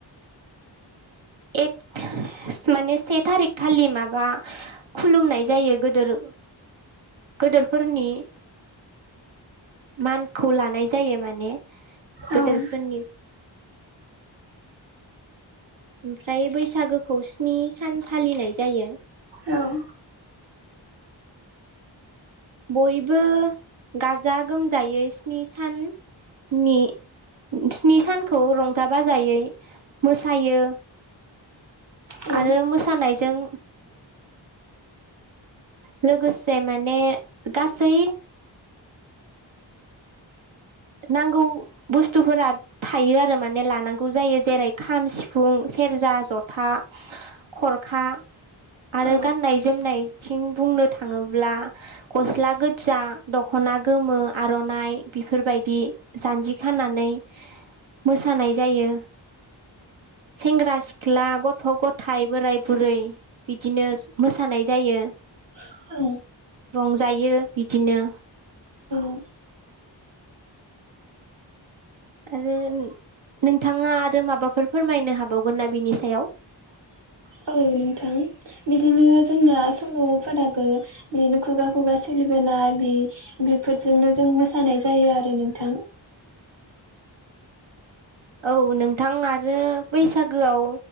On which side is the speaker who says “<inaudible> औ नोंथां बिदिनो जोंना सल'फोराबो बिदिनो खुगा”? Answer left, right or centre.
Right